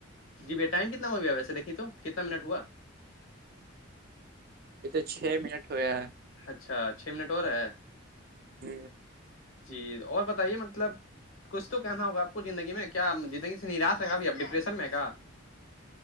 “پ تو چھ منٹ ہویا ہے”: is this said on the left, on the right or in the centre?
Right